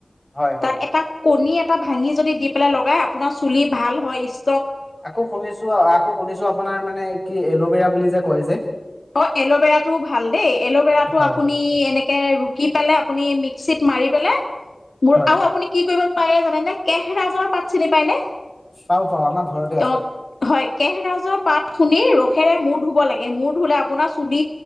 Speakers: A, on the left (about 25°); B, on the left (about 85°).
A: হয় হয়
B: তাত এটা কণী এটা ভাঙি যদি দি পেলাই লগাই আপোনাৰ চুলি ভাল হয় ইছ
A: আকৌ শুনিছো আকৌ শুনিছো আপোনাৰ মানে কি এলো বেৰা বুলি যে কয় যে।
B: অ এল'বেৰাটো ভাল দেই এল'বেৰাটো
A: হয়
B: আপুনি
A: হয়
B: এনেকে ৰু দি পেলাই আপুনি মিক্সিত মাৰি পেলাই মোৰ
A: হয়
B: আৰু আপুনি কি কৰিব পায়ে জানে নে? কেহৰাজৰ পাত চিনি পায় নে?
A: পাওঁ পাওঁ আমাৰ ঘৰতে আছে
B: অ' হয়, কেহৰাজৰ পাত খুন্দি ৰসেৰে মূৰ ধুব লাগে। এ মুৰ ধুলে আপোনাৰ চুলি